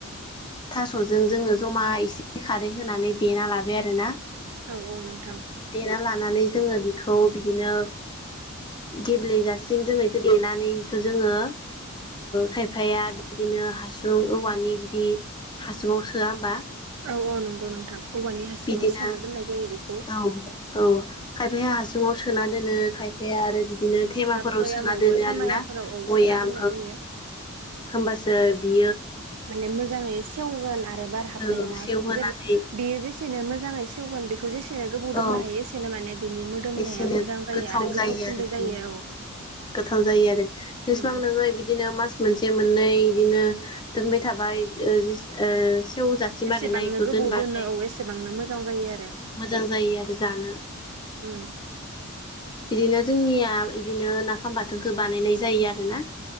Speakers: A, on the left (about 20°); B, on the right (about 70°).
A: थास'जों जोंङो जमा एसे खारै होनानै देना लाबाय आरोना
B: औ औ नोंथां
A: देना लानानै जोङो बेखौ बिदिनो गेब्लेेजासिम जोंङो बेखौ देनानै बेखौ जोंङो खायफाया बिदिनो हासुं औवानि बिदि हासुुं सोआ
B: औ - औ नंगौ नोंथां औवानि हासुङाव
A: बिदिनो
B: सोना दोननाय जायो बेखौ
A: औ औ खायफाया हासुंङाव सोना दोनो खायफाया ओमफ्राय आरो बिदिनो थेमाफोराव
B: भयामावबो
A: सोना दोनो
B: थेमायाफोराव
A: आरोना
B: औ
A: बयाम
B: सोना दोननाय जायो
A: होमबासो बि
B: माने मोजांङै सेवगोन आरो बार हाबनाय
A: ओ
B: नंङा
A: सेवहोनानै
B: जे बेयो जेसे नो मोजांङै सेवगोन बेखौ जेसेनो गोबाव
A: औ
B: दोननो हायो एसेनो माने बिनि मोदोमनाया
A: एसेनो
B: मोजां जायो
A: गोथाव
B: आरो गोथावसिनबो
A: आरो
B: जायो
A: ओं
B: औ
A: गोथाव जायो आरो जसेबां
B: उम
A: नोंङो बिदिनो मास मोनसे बिदिनो दोनबाय थाबाय सेवजासिम
B: जेसेबांनो
A: आरो नाखौ
B: गोबाव
A: दोनबाथाय
B: दोनो औ एसेबांनो मोजां जायो आरो
A: मोजां जायो आरो जानो
B: उम
A: बिदिनो जोंनिया बिदिनो नाफाम बाथोनखौ बानायनाय जायो आरोना